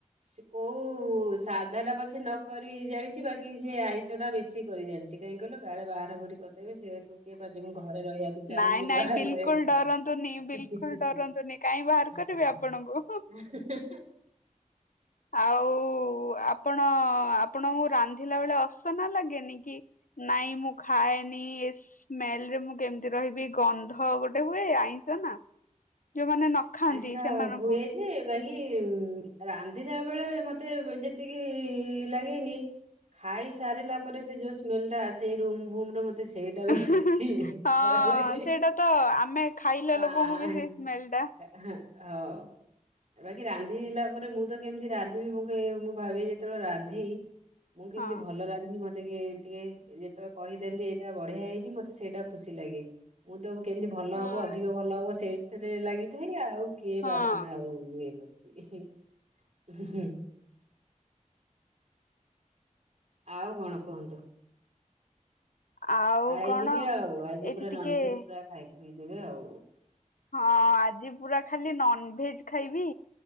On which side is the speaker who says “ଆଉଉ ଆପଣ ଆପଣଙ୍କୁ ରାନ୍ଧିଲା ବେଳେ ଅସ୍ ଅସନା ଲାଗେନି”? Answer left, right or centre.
Left